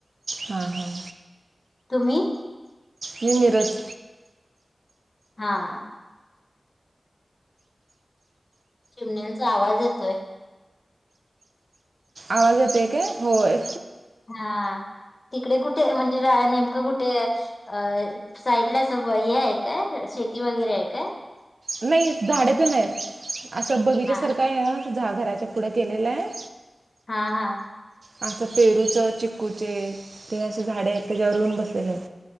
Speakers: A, on the right; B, on the left.
A: हा हा
B: तुम्ही?
A: मी मिरज.
B: हा. चिमण्याचा आवाज येतोय.
A: आवाज येतोय काय होय.
B: हा तिकडे कुठे म्हणजे नेमकं कुठे अ साईडला स हे आहे का शेती वगैरे आहे का?
A: नाही झाड तेन आहे असं बगीच्या
B: हा
A: सारखं काय आहे तुझा घराच्या पुढं केलेलं आहे.
B: हा हा
A: असं पेरूच चिकूचे ते असे झाडे आहेत त्याच्यावर येऊन बसलेले आहेत.